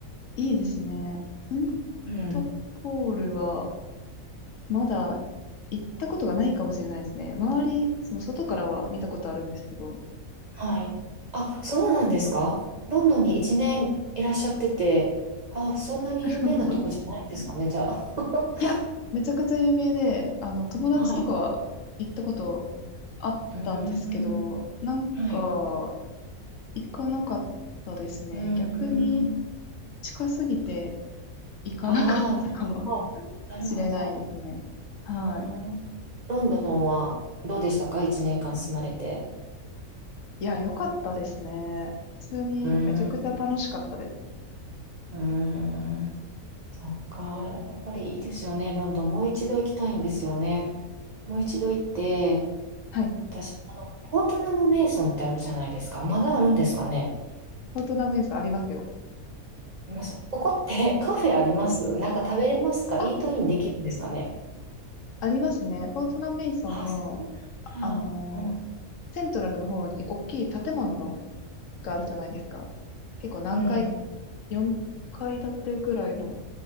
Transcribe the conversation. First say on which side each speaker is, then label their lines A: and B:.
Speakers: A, on the left; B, on the right.
A: いいですね。セン
B: うん。
A: トポールは、まだ行ったことがないかもしれないですね。周り、その外からは見たことあるんですけど。
B: はい。あ、そうなんですかロンドンに一年いらっしゃってて、あ、そんなに有名なとこじゃないんですかね、
A: <laughs>
B: じゃあ。<laughs>
A: いや、めちゃくちゃ有名で、あの、友達とかは行ったこと
B: はい。
A: あったんですけど、
B: うーん。
A: なんか、
B: はい。
A: 行かなかったですね。
B: うー
A: 逆に
B: ん。
A: 近すぎて行かなかったかも
B: ああ、なるほど。
A: <laughs>
B: なるほど。
A: しれないですね。はい。
B: うーん。ロンドンはどうでしたか一年間住まれて。
A: いや、良かったですね。普通にめちゃくちゃ楽しかったです。
B: うーん。うーん。そっか、やっぱりいいですよね、ロンドン。もう一度行きたいんですよね。もう一度行って、
A: はい。
B: 私、あの、ポートナム・メイソンってあるじゃないですか。まだあるんですかね。
A: フォートナメイソンありますよ。
B: あります。ここって <laughs> カフェありますなんか食べれますかイートインできるんですかね。
A: あ、ありますね。フォートナメイソンの、
B: あ、そう
A: あのー
B: なん。
A: セントラルの方に大きい建物のがあるじゃないですか。結構何階、
B: うん。うん。
A: 4階建てくらいの